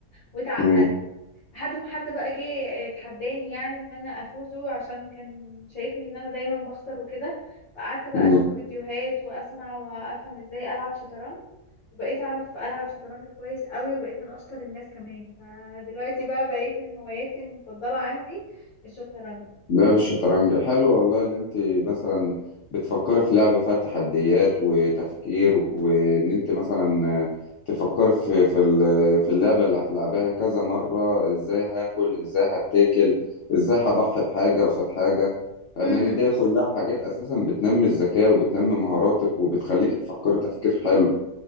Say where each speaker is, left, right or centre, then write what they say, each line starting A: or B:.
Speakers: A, on the left; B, on the left.
A: واتعقد
B: امم
A: لحد ما حد بقى جه آه، اتحداني يعني ان انا افوزه عشان كان شايفني ان انا دايما بخسر وكده فقعدت بقى
B: امم
A: اشوف فيديوهات واسمع وافهم ازاي العب شطرنج وبقيت اعرف العب شطرنج كويس قوي وبقيت من اشطر الناس كمان فدلوقتي بقى بقيت من هواياتي المفضلة عندي الشطرنج
B: لعب الشطرنج حلو والله اللي انت مثلا بتفكري في لعبة فيها تحديات وتفكير وان انت مثلا آه، تفكري في في ال- في اللعبة اللي هتلعبيها كذا مرة ازاي هاكل ازاي هتاكل ازاي هضحي بحاجة قصاد حاجة فاهماني
A: امم
B: دي كلها حاجات اساسا بتنمي الذكاء وبتنمي مهاراتك وبتخليك تفكري تفكير حلو